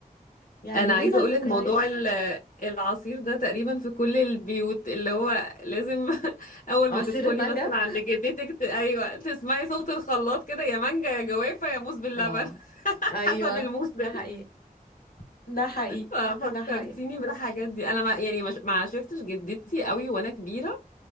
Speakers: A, on the left; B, on the left.
A: يعني
B: انا
A: لينا
B: عايزه اقول
A: ذكريات
B: لك موضوع ال- العصير ده تقريبا في كل البيوت اللي هو لازم <laughs> اول
A: عصير
B: ما تدخلي
A: المانجا
B: مثلا عند جدتك ت- ايوه تسمعي صوت الخلاط كده يا مانجا يا جوافه يا موز باللبن
A: اه
B: <laughs>
A: ايوه
B: حسب الموسم
A: ده حقيقي ده حقيقي
B: ففكرتيني
A: ده حقيقي
B: بالحاجات دي انا ما يعني مش- ما عاشرتش جدتي قوي وانا كبيره